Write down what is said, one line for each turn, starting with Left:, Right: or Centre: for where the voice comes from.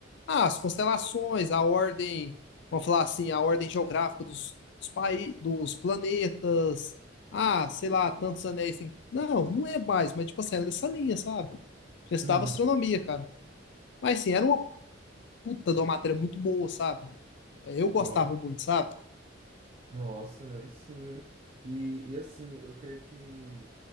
Left: Ah, as constelações, a ordem, vamos falar assim, a ordem geográfica dos, dos, pai- dos planetas. Ah, sei lá, tantos anéis. tem- Não, não é mais, mas tipo assim, era nessa linha, sabe? Já estudava
Right: Uhum.
Left: astronomia, cara. Mas sim, era uma puta de uma matéria muito boa, sabe? É, Eu gostava
Right: No-
Left: muito, sabe?
Right: Nossa, aí sim, hein? E, e assim, eu creio que,